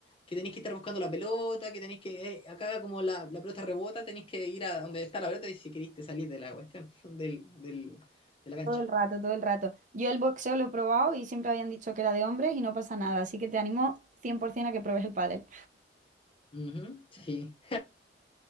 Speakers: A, on the left (about 30°); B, on the right (about 45°).
A: que tenéis que estar buscando la pelota, que tenéis que, eh, acá como la, la pelota rebota, tenéis que ir a donde está la pelota y si queriste salir de la cuestión, del, del- de la cancha.
B: Todo el rato, todo el rato. Yo el boxeo lo he probado y siempre habían dicho que era de hombres y no pasa nada, así que te animo 100% a que pruebes el pádel.
A: Ujú, sí,